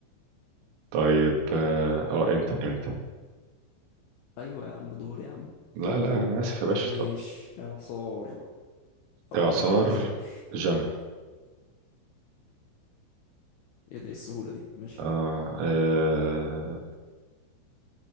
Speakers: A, on the right (about 80°); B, on the left (about 75°).
A: طيب اه آه، انت انت
B: أيوة يا عم دور يا عم
A: لا لا انا اسف يا باشا
B: مش
A: اتفضل
B: إعصار أقول
A: اعصار
B: لك إعصار
A: جنى
B: إيه ده إيه السهولة دي مش
A: آه. آه.